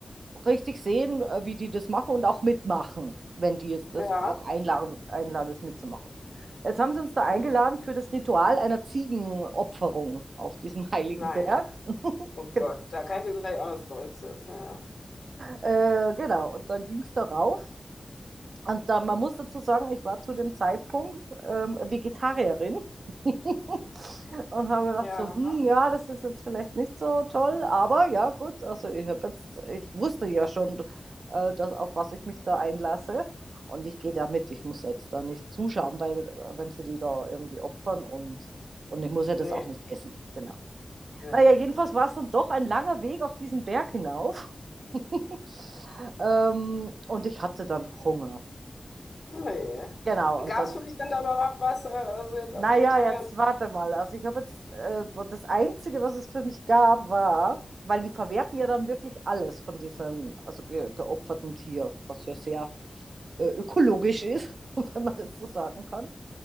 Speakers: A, on the right; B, on the left.
A: richtig sehen, äh, wie die das machen und auch mitmachen, wenn die jetzt
B: Ja,
A: das auch einladen, einladen, das mitzumachen. Jetzt haben sie uns da eingeladen für das Ritual einer Ziegenopferung auf diesem heiligen
B: nein.
A: Berg. <laughs>
B: Oh Gott,
A: Genau.
B: da kann ich dir gleich auch eine Story zu erzählen.
A: Äh, genau, und dann ging es darauf. Und da, man muss dazu sagen, ich war zu dem Zeitpunkt ähm, Vegetarierin <laughs> und habe gedacht
B: Ja.
A: so, hm,
B: Ja.
A: ja, das ist jetzt vielleicht nicht so toll, aber ja, gut, also ich habe jetzt, ich wusste ja schon, äh, dass, auf was ich mich da einlasse und ich gehe da mit, ich muss jetzt da nicht zuschauen, weil, äh, wenn sie die da irgendwie opfern und, und ich muss ja das
B: Nee,
A: auch nicht essen, genau.
B: nee.
A: Naja, jedenfalls war es dann doch ein langer Weg auf diesen Berg hinauf. <laughs> ähm, und ich hatte dann Hunger
B: Oh je.
A: Genau, und
B: Gab
A: dann,
B: es für dich denn da überhaupt was, äh, also jetzt
A: naja,
B: als Vegetarier?
A: jetzt warte mal. Also ich habe jetzt, äh, das Einzige, was es für mich gab, war, weil die verwerten ja dann wirklich alles von diesem, also ge geopferten Tier, was ja sehr äh, ökologisch ist, <laughs> wenn man das so sagen kann.